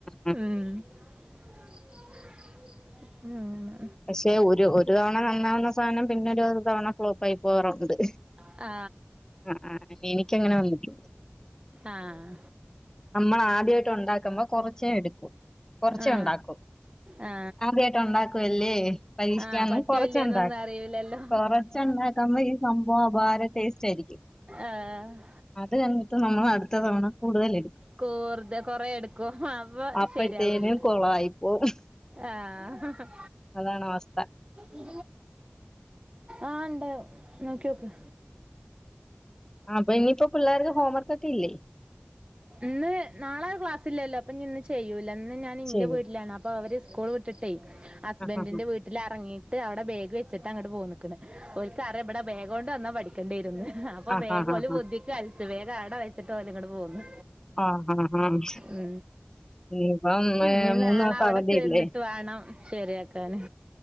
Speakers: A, on the left (about 15°); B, on the right (about 30°).
A: ആ
B: ഉം. ഉം
A: പക്ഷെ ഒരു ഒരു തവണ നന്നാവുന്ന സാനം പിന്നെ ഒരു തവണ ഫ്‌ളോപ്പായി പോവാറുണ്ട്
B: ആ
A: ആ ആ എനിക്കങ്ങനെ വന്നിട്ടുണ്ട്
B: ആഹ
A: നമ്മൾ ആദ്യയിട്ട് ഉണ്ടാക്കുമ്പോ കൊറച്ചേ എടുക്കു കൊറച്ചേ
B: ആ
A: ഉണ്ടാക്കു
B: ആ
A: ആദ്യായിട്ട ഉണ്ടാക്കുവല്ലേ പരീക്ഷിക്കാനും
B: ആ പറ്റുമല്ലേന്നൊന്നും
A: കൊറച്ച ഉണ്ടാക്കും
B: അറിയില്ലല്ലോ
A: കൊറച്ച ക്കുമ്പ ഈ സംഭവം അ വേറെ ടേസ്റ്റ് ആയിരിക്കും
B: ആ
A: അത് തന്നിട്ട് നമ്മൾ അടുത്ത തവണ കൂടുതല
B: കൂറുതെ കൊറെ എടുക്കും അപ്പ
A: അപ്പഴത്തേനും
B: ശരിയാവൂല
A: കൊളായിപ്പോവും
B: ആഹ
A: അതാണ് അവസ്ഥ
B: ഇ ആഹ ഇണ്ട് നോക്കിോക്ക്
A: ആ അപ്പൊ ഇനിയിപ്പോ പിള്ളേർക്ക് ഹോംവർക്കക്കൊക്കെ ഇല്ലേ
B: ഇന്ന് നാളെ ക്ലാസ്സില്ലല്ലോ അപ്പൊ ഇന്ന് ചെയ്യൂല്ല ഇന്ന് ഞാൻ എൻന്റെ
A: ചെയ്യും
B: വീട്ടിലാണ് അപ്പൊ അവര് സ്കൂൾ വിട്ടിട്ടേ ഹസ്ബൻറിിന്റെ
A: ആഹ് ആഹ്
B: വീട്ടിൽ ഇറങ്ങിട്ട് ് അവിടെ ബേഗ് വച്ചിട്ട് അങ്ങോ് പോയി നിിക്കണ് ഒരിക്കറ എവിടെ ബേഗ് കൊണ്ട് വന്നാ പഠിക്കേണ്ടിയിരന്ന് അപ്പൊ
A: ആഹ്
B: വേഗംല
A: ആഹ് ആഹ്
B: ബുദ്ധിക്ക് അലിച്ചു വേഗം അട വഴിച്ചിട്ട്ഓല ഇങ്ങോട് പോകുന്നു
A: ആഹ് ആഹ് ആഹ്
B: ഉ
A: ഇനിയിപ്പം ഏ,
B: നീ നാളെ
A: മൂന്ന് ദിവസം
B: അവിടെ
A: അവധിയല്ലേ?
B: ചെന്നിട്ട് വേണം ശരിയാക്കാന്